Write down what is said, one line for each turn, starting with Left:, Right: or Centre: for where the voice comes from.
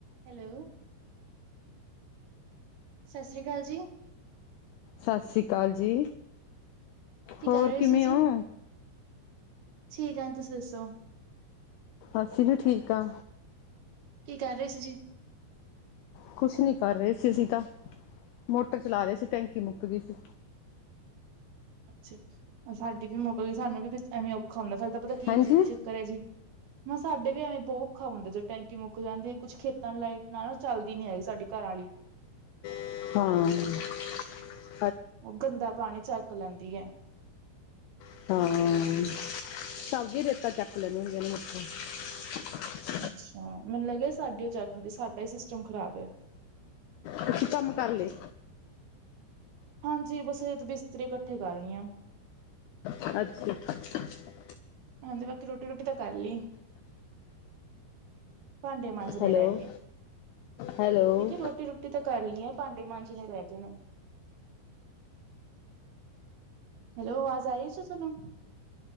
Right: Hello. ਸਤਿ ਸ੍ਰੀ ਅਕਾਲ ਜੀ।
Left: ਸਤਿ ਸ਼੍ਰੀ ਅਕਾਲ ਜੀ।
Right: ਕੀ
Left: ਹੋਰ
Right: ਕਰ ਰਹੇ
Left: ਕਿਵੇਂ
Right: ਸੀ ਜੀ
Left: ਹੋ?
Right: ਠੀਕ ਆ ਤੁਸੀਂ ਦੱਸੋ।
Left: ਅਸੀਂ ਵੀ ਠੀਕ ਹਾਂ।
Right: ਕੀ ਕਰ ਰਹੇ ਸੀ ਜੀ।
Left: ਕੁਛ ਨੀ ਕਰ ਰਹੇ ਸੀ ਅਸੀਂ ਤਾਂ ਮੋਟਰ ਚਲਾ ਰਹੇ ਸੀ ਟੈਂਕੀ ਮੁੱਕ ਗਈ ਸੀ।
Right: ਅੱਛਾ ਸਾਡੀ ਵੀ ਮੌਕ ਗਈ ਸਾਨੂੰ ਵੀ ਐਵੇਂ ਔਖਾ ਹੁੰਦਾ ਸਾਡੇ ਤਾਂ ਪਤਾ ਕੀ
Left: ਹਾਂਜੀ।
Right: ਚ ਚੱਕਰ ਹੈ ਜੀ। ਮੈਂ ਸਾਡੇ ਵੀ ਐਵੇਂ ਬਹੁਤ ਔਖਾ ਹੁੰਦਾ ਜਦੋਂ ਟੈਂਕੀ ਮੁੱਕ ਜਾਂਦੀ ਹੈ ਕੁਛ ਖੇਤਾਂ ਲਾਈਟ ਨਾਲ ਨਾ ਚੱਲਦੀ ਨੀ ਹੈਗੀ ਸਾਡੀ ਘਰਾਂ ਵਾਲ ਲਈ।
Left: ਹੂੰ।
Right: ਉਹ ਗੰਦਾ ਪਾਣੀ ਚੱਕ ਲੈਂਦੀ ਹੈ।
Left: <unintelligible>
Right: ਅੱਛਾ, ਮੈਨੂੰ ਲੱਗਿਆ ਸਾਡੀ ਉਹ ਚੱਕਦੀ ਸਾਡਾ ਹੀ ਸਿਸਟਮ ਖਰਾਬ ਹੈ।
Left: ਤੁਸੀਂ ਕੰਮ ਕਰ ਲਏ।
Right: ਹਾਂਜੀ, ਬਸ ਇਹ ਤਾਂ ਬਿਸਤਰੇ ਇਕੱਠੇ ਕਰ ਰਹੀ ਹਾਂ।
Left: ਅੱਛਾ।
Right: ਹਾਂਜੀ, ਬਾਕੀ ਰੋਟੀ ਰੋਟੀ ਤਾਂ ਕਰ ਲਈ। ਭਾਂਡੇ ਮਾਂਜਣੇ
Left: ਹੈਲੋ,
Right: ਰਹਿ ਗਏ
Left: ਹੈਲੋ,
Right: ਮੈਂ ਕਿਹਾ ਰੋਟੀ ਰੁਟੀ। ਰੋਟੀ ਤਾਂ ਕਰ ਲਈ ਹੈ ਭਾਂਡੇ ਮਾਂਜਣੇ ਰਹਿ ਗਏ ਨੇ ਹੈਲੋ ਆਵਾਜ <unintelligible>